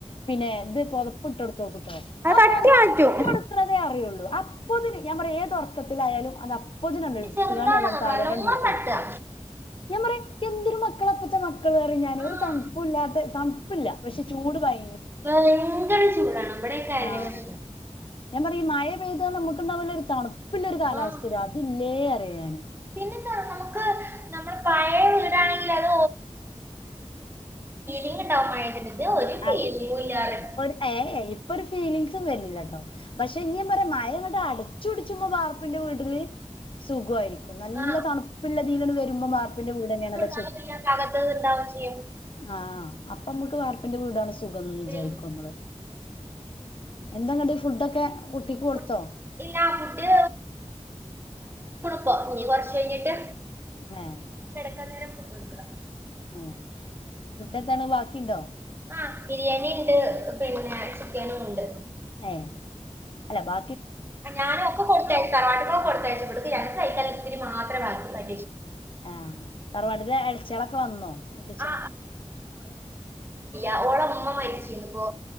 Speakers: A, on the left; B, on the right.
A: പിന്നെ ഇത് പൊതപ്പ്ട്ടോട്ത്തോക്കും. ആഹ്
B: അത്
A: ആ
B: തട്ടി
A: പൊതപ്പ്
B: മാറ്റും
A: ഇട്ടൊട്ക്ക് ണതേ അറിയുള്ളൂ. അപ്പോത്തിന് നാം പറിം ഏത് ഒർക്ക ത്തിലായാലും അത് പ്പോത്തിനാണ്ട്
B: ഇന്റെ ചെറുതാണ്
A: താണ്ട് കാലോണ്ടാണ്ട്
B: നല്ലോണം
A: നീക്കിടും.
B: തട്ടാ
A: ഞാൻ പറിം എന്തൊരു മക്കള പ്പത്തെ മക്കള് റിം ഞാന്.
B: ആഹ്
A: ഒരു തൺ പ്പുംല്ലാത്ത തണ്പ്പ്ല്ല പക്ഷെ ചൂട് ഭയ
B: ഭയങ്കര ചൂടാണ് ഇബടെയെക്കെ അതന്നെ
A: ആഹ്
B: പ്രശ്നം.
A: ഞാൻ പറിം മഴ പെയ്താ നമുക്ക് ണ്ടാവല്ലോ ഒര് തണുപ്പ്ള്ളരു കാലാവസ്ഥരാ
B: ആഹ്
A: അതില്ലേ അറിം ഞാൻ. ന്
B: പിന്നെന്താ നമുക്ക് നമ്മൾ പഴയ വീടാണെങ്കിൽ അത് ഇങ്ങണ്ടാവോ മഴത്ത് ഇതൊരു
A: ഞാന്
B: ഫീലിങ്ങുംല്ലാ റിം.
A: ഒരു ഏ ഏ ഇപ്പൊ ഒരു ഫീലിംഗ്സും വരണില്ലാട്ടോ. പക്ഷെ ഇന്ന് ഞാൻ പറയാ മഴ ഇങ്ങട്ട് അടച്ചുടിച്ചുമ്പോ വാർപ്പിന്റെ വീട്ടില് സുഖായിരിക്കും. നല്ല
B: ആ
A: തണുപ്പുള്ളതീലണ്ട് വരുമ്പോ വാർപ്പിന്റെ വീട് തന്നെയാണല്ല
B: <unintelligible> ഇണ്ടാവും ചെയ്യും
A: ആഹ് അപ്പൊ നമുക്ക് വാർ പ്പിന്റെവീടാണ് സുഖംന്ന് വിചാരിക്കും
B: ഉം
A: നമ്മള്. എന്താന്നട്ട് ഫുഡ്ഡൊക്കെ കുട്ടിക്ക് കൊടുത്തോ?
B: ഫുഡ് ഇല്ല ഫുഡ് പ്പം ഇനി കുറച്ച് കഴിഞ്ഞിട്ട്
A: ഏഹ്
B: കിടക്കാ നേരം ഫുഡ് കൊടുക്കണം.
A: ഏഹ് ഫുഡ് എന്താണ് ബാക്കിയിണ്ടോ?
B: ആഹ് ബിരിയാണി ഇണ്ട്. പിന്നേ ചിക്കനും ഇണ്ട്.
A: ഏഹ് അല്ല ബാ
B: ആ ഞാനൊ ഒക്കെ കൊടുത്തയച്ച് തറവാട്ട് കൊക്കെകൊടുത്തയച്ച് ഇവട്ക്ക് ഞങ്ങക്ക് കയിക്കാ ള്ളത് മാത്രേ <unintelligible>
A: ആഹ് തറവാട്ട്ത്ത ചെളക്ക വന്നു മുത്തച്ചള
B: ആ ആഹ് ഓളെ ഉമ്മ മരിച്ചീന്ന്പ്പോ